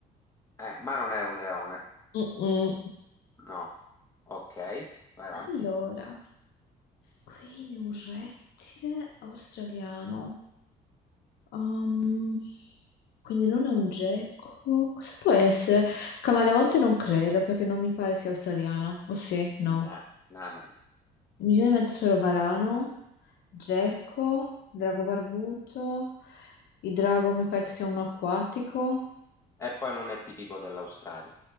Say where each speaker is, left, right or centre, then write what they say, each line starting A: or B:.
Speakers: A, on the left (about 15°); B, on the left (about 75°).
A: Eh, ma non è un leone.
B: Mm-mm.
A: No. Ok, vai avanti.
B: Allora, quindi un rettile australiano. Um, quindi non è un gecko. Cosa può essere? Camaleonte non credo perché non mi pare sia australiano. O sì, no.
A: No, no, no, no.
B: Mi viene in mente solo varano, gecko, drago barbuto. Il drago mi pare che sia uno acquatico.
A: E poi non è tipico dell'Australia.